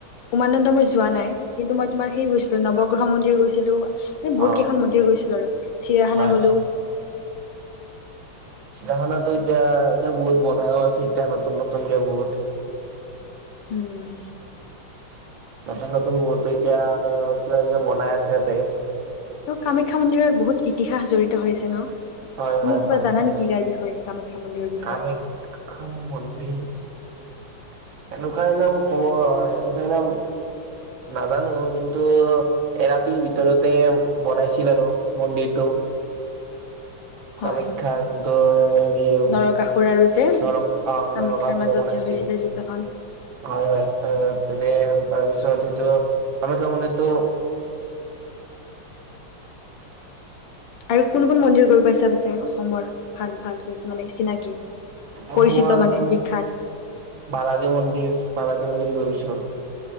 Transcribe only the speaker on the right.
অ
হয়
চিৰিয়াখানাতো এতিয়া এতিয়া বহুত বনাইও আছে এতিয়া নতুন নতুনকে বহুত।
নতুন নতুন বহুতু এতিয়া মানে কিবা কিবা বনাই আছে ত।
হয় হয়
হয়
কামাখ্যা মন্দিৰ। এনেকুৱালাম কব এনেকুৱাল নাজানো কিন্তু এ ৰাতিৰ ভিতৰতে বনাইছিল আৰু মন্দিৰটো।
কামাখ্যা
জোনটো তো হেৰি উ
ন অ
নৰকাসুৰে
বনাইছিল
হয় হয় তে তাৰপিছত এইটো কামাখ্যা মন্দিৰটো ।
অসমৰ
উ
বালাজী মন্দিৰ। বালাজী মন্দিৰ গৈছো।